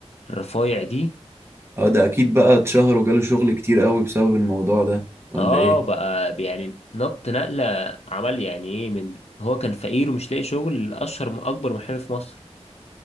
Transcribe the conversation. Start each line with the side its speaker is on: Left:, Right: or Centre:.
Left: الرفايع دي
Right: اه ده اكيد بقى اتشهر وجاله شغل كتير قوي بسبب الموضوع ده ولا
Left: اه
Right: ايه
Left: بقى يعني نط نقلة عمل يعني ايه من هو كان فقير ومش لاقي شغل اشهر م- اكبر محامي في مصر